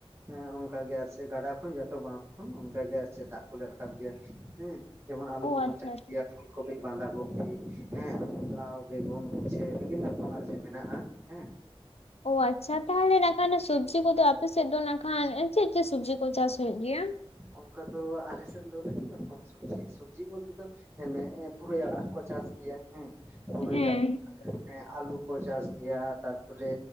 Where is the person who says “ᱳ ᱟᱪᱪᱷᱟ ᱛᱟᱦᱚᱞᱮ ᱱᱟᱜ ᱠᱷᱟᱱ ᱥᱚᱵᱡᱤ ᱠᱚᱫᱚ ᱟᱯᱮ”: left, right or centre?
Left